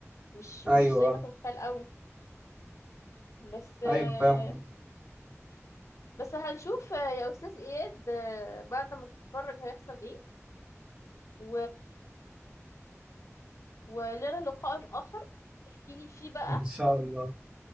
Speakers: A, on the left; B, on the right.
A: مش مش
B: ايوه
A: زي ما
B: اه
A: انت متخيل قوي بس آه،
B: ايوه فاهم
A: بس هنشوف آه، يا استاذ اياد آه، بعد ما تتفرج هيحصل ايه و ولنا لقاء اخر احكي لي فيه
B: <laughs>
A: بقى
B: ان شاء الله